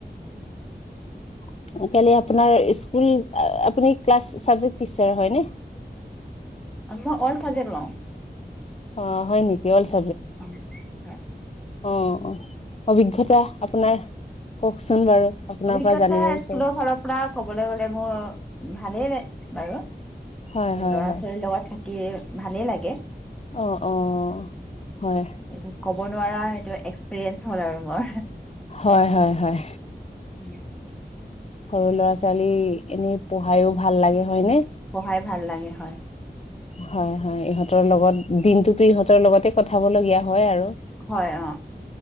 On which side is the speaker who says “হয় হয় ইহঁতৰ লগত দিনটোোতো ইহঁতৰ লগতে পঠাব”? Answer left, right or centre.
Left